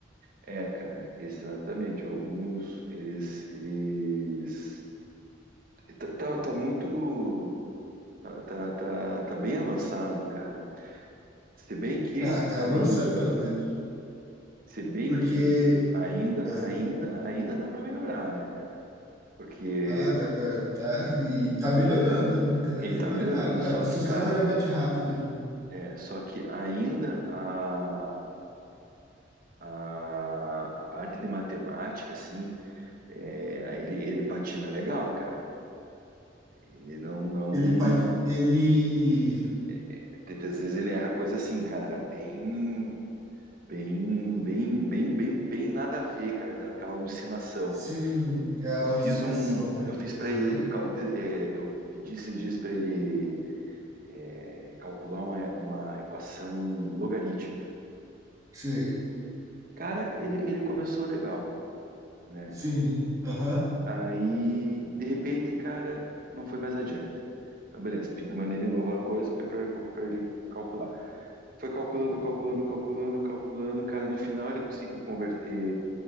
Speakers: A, on the right; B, on the right.
A: É, cara, exatamente. Alguns, eles, eles... Tá, tá, tá muito... Tá, tá, tá, tá bem avançado, cara. Se bem que,
B: Tá, tá
A: aí,
B: avançando, ele-
A: se bem
B: porque
A: que ainda,
B: eh,
A: ainda, ainda dá para melhorar, né, cara? Porque
B: ah, dá pra, tá, e tá melhorando, né? Cada
A: ele
B: vez
A: tá
B: mais
A: melhorando,
B: rápido,
A: só
B: assustadoramente
A: que, cara,
B: rápido, né?
A: é, só que ainda a, a, a parte de matemática, assim, é, ele, ele patina legal, cara. Ele não, não,
B: Ele, pa- ele
A: é, é, tem- às vezes ele erra coisa assim, cara, bem, bem, bem, bem, bem, bem nada a ver, cara, daquela alucinação.
B: Sim, é a
A: Eu
B: alucinação,
A: fiz um,
B: né?
A: eu fiz para
B: Aham.
A: ele, cal- de- é, eu pedi esses dias para ele é, calcular uma, uma equação logarítmica.
B: Sei.
A: Cara, ele, ele começou legal, né?
B: Sim. Aham.
A: Aí, de repente, cara, não foi mais adiante. Então, beleza, pe- mandei de novo a coisa para ele calcular. Foi calculando, calculando, calculando, calculando. Cara, no final ele conseguiu converter